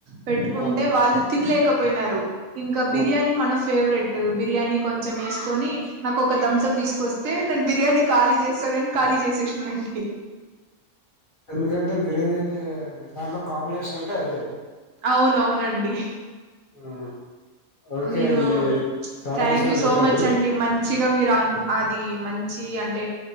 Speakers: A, on the right (about 70°); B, on the left (about 45°).
A: పెట్టుకుంటే
B: ఆ
A: వాళ్ళు తినలే కపోయినారు ఇంకా బిర్యానీ
B: ఆ
A: మన ఫేవరెట్ బిర్యానీ కొంచెం వేసుకొని నాకు ఒక థమ్స అప్ తీసుకొస్తే నేను బిర్యానీ ఖాళీ చేస్తానని ఖాళీ చేసేసినానుండి
B: ఎందుకంటే బిర్యానీ దాంట్లో కాంబినేషన్ అంటే అదే
A: అవునవునండి
B: ఆ ఓకే
A: మీరు
B: అండి చాలా
A: థ్యాంక్
B: విషయాలు
A: యూ సో
B: చెప్పారు
A: మచ్ అండి మంచిగా మీరు అ అది మంచి అంటే